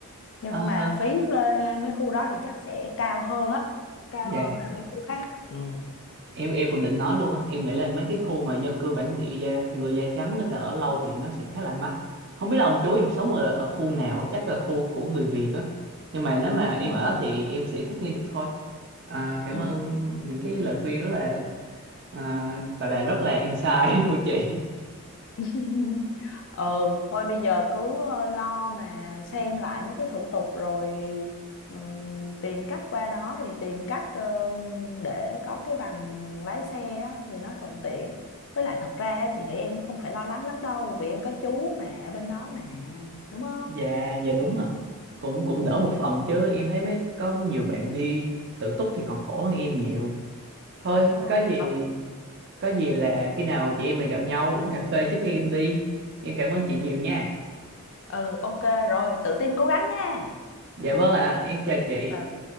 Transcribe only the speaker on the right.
Ờ,
dạ
em em cũng định nói luôn á em nghĩ là mấy cái khu mà dân cư bản địa da, người da trắng người ta ở lâu thì nó sẽ khá là mắc không biết là ông chú em sống ở, ở khu nào á, chắc là khu của người Việt á nhưng mà nếu mà em
ở đó thì em sẽ thích nghi được thôi à, cảm
ơn những cái lời khuyên rất là à, gọi là rất là insight <laughs> của chị
dạ dạ đúng ạ cũng cũng
đỡ một phần chứ em thấy mấy có nhiều bạn đi tự túc thì còn khổ hơn em nhiều thôi
có gì
Có gì là khi nào chị em mình gặp nhau uống cà phê trước khi em đi. Em cảm ơn chị nhiều nha.
Dạ vâng ạ, em chào chị.